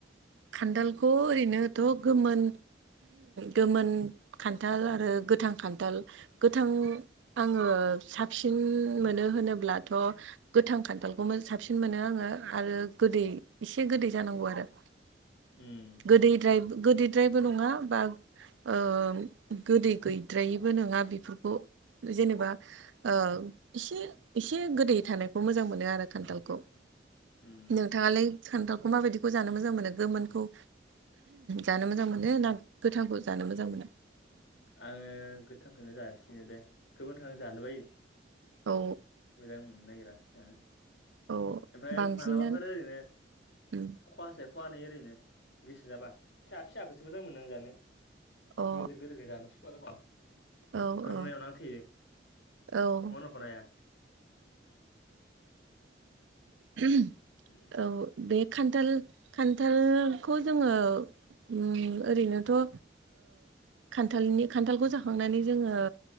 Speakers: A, on the right (about 85°); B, on the left (about 75°).
A: खान्थालखौ ओरैनोथ' गोमोन गोमोन खान्थाल आरो गोथां खान्थाल गोथां आङो साबसिन मोनो होनोब्लाथ' गोथां खान्थालखौनो साबसिन मोनो आङो आरो गोदै एसे गोदै जानांगौ आरो
B: उम
A: गोदैद्राय गोदैद्रायबो नङा बा ओ गोदै गैद्रायैबो नङा बेफोरखौ जेनेबा ओ एसे एसे गोदै थानायखौ मोजां मोनो आरो खान्थालखौ।
B: उम
A: नोंथाङालाय खान्थालखौ माबायदिखौ जानो मोजां मोनो? गोमोनखौ जानो मोजां मोनो ना गोथांखौ जानो मोजां मोनो
B: आंङो गोथांखौनो जासिनो दे गोमोनखौ आं जानो बायो
A: औ
B: मोजां मोननो नागिरा जानो
A: औ
B: ओमफ्राय
A: बांसिनानो
B: मालाबाफोर ओरैनो
A: उम
B: खहासे खहानै ओरैनो ओरैनो फिसा फिसाखौसो मोजां मोनो आं जानो
A: अ
B: गोदोर गोदोर जानो सुखुआ दख'
A: औ
B: गोरनायाव
A: औ
B: नांथेहैयो
A: औ
B: मन'खनो हाया
A: <unintelligible>
B: <unintelligible>
A: औ बे खान्थाल खान्थालखौ जोंङो। उम ओरैनोथ' ओ खान्थालनि खान्थालखौ जाखांनानै जोंङो।